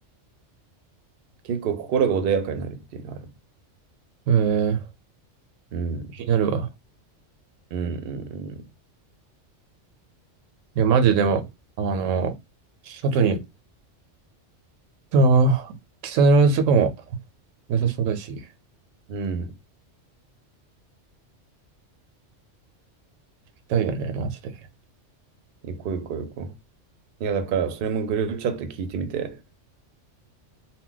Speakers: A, on the right; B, on the right.
A: 結構心が穏やかになるっていうのはある。
B: ええ
A: うん。
B: 気になるわ。
A: うんうんうん。
B: いや、マジでも、
A: そう。
B: あの、外に、その、木更津とかも良さそうだし、行
A: うん。
B: きたいよね、マジで。
A: 行こう行こう行こう。いやだからそれもグループチャット聞いてみて、